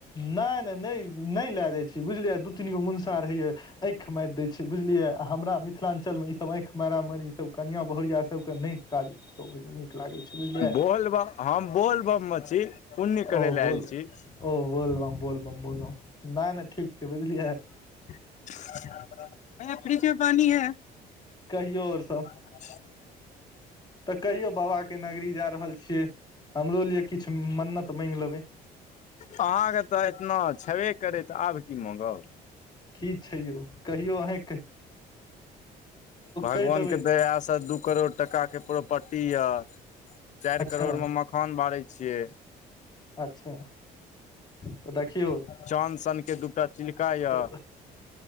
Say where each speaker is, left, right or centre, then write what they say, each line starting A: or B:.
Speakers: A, on the left; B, on the left.
A: नाय-नैय-नै-नैय लैऽ जाय छीयै, बुझलियै? दू तीन गो मुन छा रहैया, ॲंइख माइर दै छै, बुझलियै? आ हमरा मिथिलांचल में ई सब ॲंइख मारा मारी ई सब कनिआं बहुरिआ सबके नैय काज सोभै में नीक लागै छै, बुझलियै?
B: बोलबम हम बोलबम में छी, पुण्य करै
A: ओ
B: लैऽ
A: बोल
B: ऐल छी।
A: ओ बोलबम-बोलबम-बोलबम, नैय-नैय ठीक छै, बुझलियै।
B: भैया फ्रिज में पानी है?
A: कहियो और सब?
B: <inaudible>
A: तऽ कहियो बाबा के नगरी जा रहल छियै, हमरो लिए किछ मन्नत मैंइग लेबै।
B: अहाँके तऽ एतना छबे करै, त आब की माँगब?
A: की छै यौ? कहियौ ऑंहे
B: भगवान
A: कहि देबै
B: के दया स दू करोड़ टका के प्रोपटी यऽ, चाइर
A: अच्छा
B: करोड़ में मखान बारै छियै।
A: अच्छा। तऽ देखियौ
B: चान सन के दूटा चिल्का यऽ।
A: तऽ